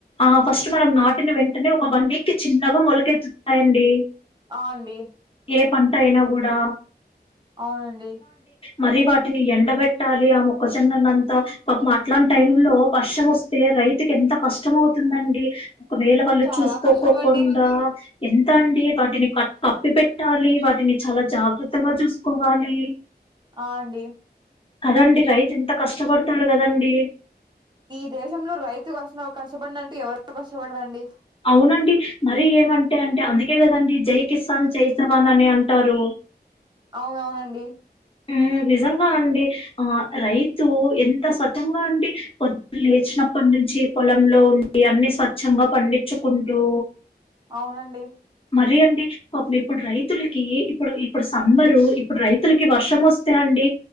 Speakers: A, on the left; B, on the right.
A: ఆ ఫస్ట్ మనం నాటిని వెంటనే ఒక వన్ వీక్ కి చిన్నగా మొలకెత్తుతాయండి
B: అ అండి
A: ఏ పంట అయినా కూడా
B: అవునండి
A: మరి వాటిని ఎండబెట్టాలి ఆ మొక్కజొన్న నంతా పాపం అట్లాంటి టైమ్ లో వర్షం వస్తే రైతుకి ఎంత కష్టం అవుతుందండి ఒకవేళ వాళ్ళు
B: చాలా
A: చూసుకో
B: కష్టం
A: కోకుండా
B: అండి
A: ఎంత అండి వాటిని క కప్పి పెట్టాలి వాటిని చాలా జాగ్రత్తగా చూసుకో వాటి
B: ఆ అండి
A: కదండి రైతు ఎంత కష్టపడతాడు కదండీ
B: ఈ దేశంలో రైతు కష్ట కష్టపడినట్టు ఎవరు కష్టపడరండి
A: అవునండి మరి ఏమంటే అంటే అందుకే కదండి జై కిసాన్ జై జవాన్ అని అంటారు
B: అవునవునండి
A: హు నిజంగా అండి ఆ రైతు ఎంత స్వచ్ఛంగా అండి పొద్దున లేచినా అప్పటినుంచి పొలంలో ఉండి అన్ని స్వచ్ఛంగా పండించుకుంటూ
B: అవునండి
A: సరే అండి పాపం ఇప్పుడు రైతులకి ఇప్పుడు సమ్మరు ఇప్పుడు రైతులకి వర్షం వస్తే అండి